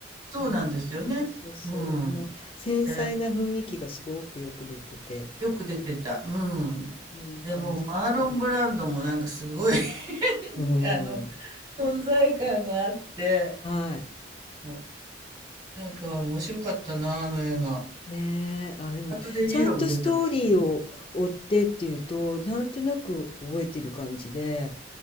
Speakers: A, on the right (about 25°); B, on the left (about 30°).
A: そうなんですよね。
B: うん。そうそう。
A: うん。
B: あの、繊細な雰囲気がすごくよく出てて、
A: で、よく出てた。うん。
B: うんいい感じ。
A: でもうマーロン・ブランドもなんかすごい <laughs>
B: うん。
A: あの、存在感があって、
B: はい。
A: もうなんか面白かったな、あの映画。
B: ねえ。あ、でも、
A: あとデ・ニーロも出てましたから。
B: ちゃんとストーリーを追ってっていうと、なんとなく覚えてる感じで、